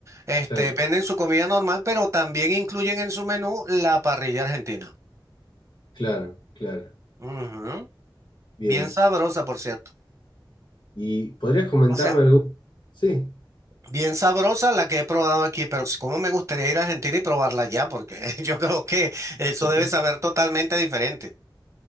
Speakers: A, on the right (about 35°); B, on the left (about 70°).
A: Este,
B: Claro,
A: venden su comida normal, pero también incluyen en su menú la parrilla argentina.
B: claro, claro.
A: Ujú.
B: Bien.
A: Bien sabrosa, por cierto.
B: ¿Y podrías comentarme
A: O sea,
B: algún? Sí.
A: Bien sabrosa la que he probado aquí, pero cómo me gustaría ir a Argentina y probarla allá, porque <laughs> yo creo que eso
B: <laughs>
A: debe saber totalmente diferente.